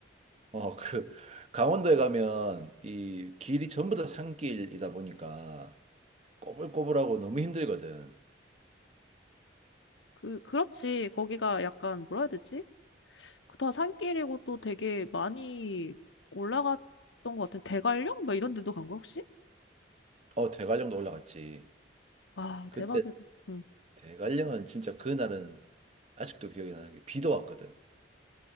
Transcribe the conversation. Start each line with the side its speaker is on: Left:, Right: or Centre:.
Right: 어, 그, 강원도에 가면 이 길이 전부 다 산길이다 보니까 꼬불꼬불하고 너무 힘들거든.
Left: 그, 그렇지. 거기가 약간, 뭐라 해야 되지? 다 산길이고 또 되게 많이 올라갔던 것 같은 대관령? 막 이런 데도 간 거야, 혹시?
Right: 어, 대관령도 올라갔지.
Left: 와,
Right: 그때
Left: 대박이다. 응,
Right: 대관령은 진짜 그날은 아직도 기억이 나는 게 비도 왔거든.